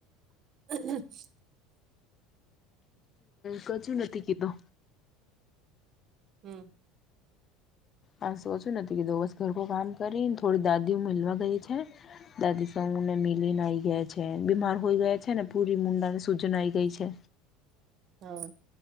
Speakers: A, on the right; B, on the left.
A: <unintelligible> <inaudible>
B: કશું નથી કીધો.
A: હમ.
B: આ સોચું નથી કીધું, રોજ ઘરનું કામ કરીને થોડી દાદીને મલવા ગઈ છે. દાદી મિલીને આવી ગયા છે. બીમાર હોય ગયા છે ને, પૂરી મુંડા ને સૂજન આઈ ગઈ છે.
A: હ.